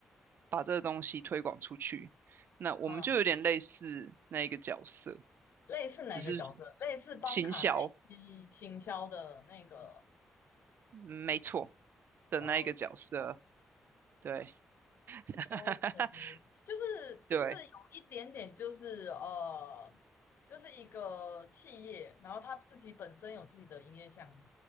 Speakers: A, on the right (about 65°); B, on the left (about 70°).
A: 把这个东西推广出去。那我们就有点类似那一个角色，
B: 嗯，类似哪个角色？
A: 只是
B: 类似帮卡耐基行销的那个
A: 行销。嗯没错的那一个角色，
B: 呃
A: 对，<laughs>
B: OK，就是是不是有一点点就是呃，
A: 对，
B: 就是一个企业，然后他自己本身有自己的营业项目，